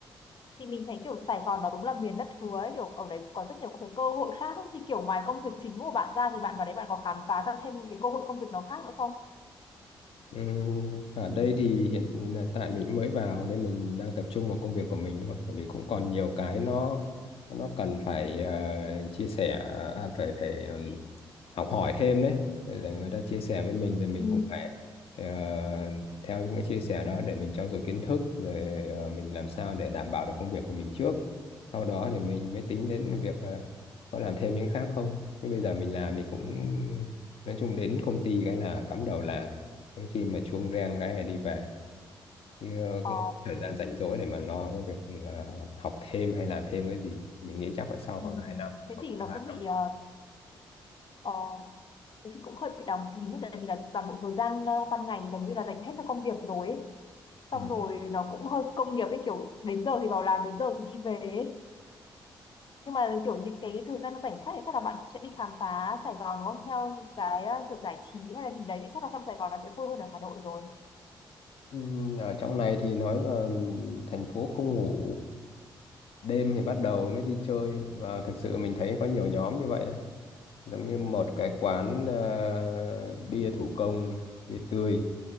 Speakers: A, on the left; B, on the left.
A: thì mình thấy kiểu Sài Gòn nó đúng là miền đất hứa ấy. kiểu ở đấy có rất nhiều các cái cơ hội khác ấy. thì kiểu ngoài công việc chính của bạn ra thì bạn vào đấy bạn có khám phá ra thêm những cái cơ hội công việc nó khác nữa không
B: Ừ, ở đây thì hiện ờ, tại mình cũng mới vào nên mình đang tập trung vào công việc của mình thôi bởi vì cũng còn nhiều cái nó nó cần phải ờ, chia sẻ à, phải phải ừm, học hỏi thêm đấy để người ta chia sẻ với mình thì mình
A: Ừ.
B: cũng phải ờ, theo những cái chia sẻ đó để mình trau dồi kiến thức rồi ờ, mình làm sao để đảm bảo được công việc của mình trước sau đó thì mình mới tính đến việc ờ, có làm thêm những cái khác không nhưng bây giờ mình làm thì cũng nói chung đến công ty cái là cắm đầu làm Đến khi mà chuông reng cái này đi về chứ ờ,
A: Ờ,
B: cũng không có thời gian rảnh rỗi để mà lo cái việc ờ, học thêm hay làm thêm cái gì mình nghĩ chắc phải sau
A: ừ.
B: khoảng hai năm
A: thế
B: hoặc
A: thì
B: là
A: nó
B: 3
A: cũng
B: năm
A: bị ờ, ờ, thế thì cũng hơi bị đóng kín tại vì là toàn bộ thời gian ờ, ban ngày thì gần như là dành hết cho công việc rồi ấy. xong
B: ừ.
A: rồi nó cũng hơi công nghiệp ấy kiểu đến giờ thì vào làm đến giờ thì đi về ấy. nhưng mà kiểu những cái thời gian rảnh khác thì chắc là bạn cũng sẽ đi khám phá Sài Gòn đúng không theo cái ờ, kiểu giải trí hay là gì đấy thì chắc là trong Sài Gòn là sẽ vui hơn ở Hà Nội rồi
B: Ừ, ở trong này thì nói là thành phố không ngủ đêm thì bắt đầu mới đi chơi và thực sự mình thấy có nhiều nhóm như vậy đấy giống như một cái quán ờ, bia thủ công bia tươi